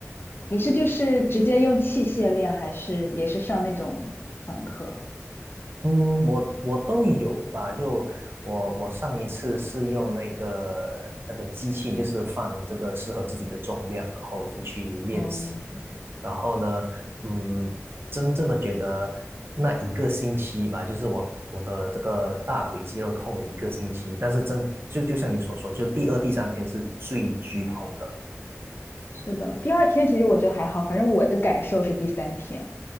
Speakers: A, on the left; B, on the right.
A: 你是就是直接用器械练，还是也是上那种团课？
B: 嗯，我我都有吧。就我我上一次是用那个那个机器，就是放这个适合自己的重量，然后就去练习。
A: 嗯，
B: 然后呢，嗯，真正的觉得那一个星期吧，就是我我的这个大腿肌肉痛了一个星期，但是真就就像你所说，就第二、第三天是最剧痛的。
A: 是的。第二天其实我觉得还好，反正我的感受是第三天。